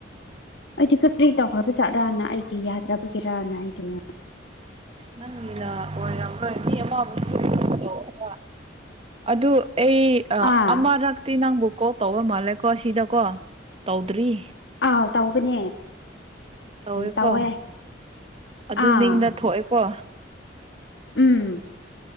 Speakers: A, on the left (about 70°); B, on the right (about 30°).
A: ꯑꯩꯗꯤ ꯀꯔꯤ ꯇꯧꯈ꯭ꯔꯕ ꯖꯥꯠꯔꯥꯅ ꯑꯩꯒꯤ ꯌꯥꯗ꯭ꯔꯕꯒꯤꯔꯅ ꯑꯩꯗꯤ
B: ꯅꯪꯒꯤꯅ ꯑꯣꯏꯔꯝꯔꯣꯏ ꯃꯤ ꯑꯃ <unintelligible> ꯑꯗꯨ ꯑꯩ ꯑ
A: ꯑꯥ
B: ꯑꯃꯔꯛꯇꯤ ꯅꯪꯕꯨ ꯀꯣꯜ ꯇꯧꯕ ꯃꯥꯜꯂꯦꯀꯣ ꯁꯤꯗꯀꯣ ꯇꯧꯗ꯭ꯔꯤ
A: ꯑꯥꯎ ꯇꯧꯕꯅꯦ
B: ꯇꯧꯋꯦꯀꯣ
A: ꯇꯧꯋꯦ
B: ꯑꯗꯨ
A: ꯑꯥ
B: ꯃꯤꯡꯗ ꯊꯣꯛꯑꯦꯀꯣ
A: ꯎꯝ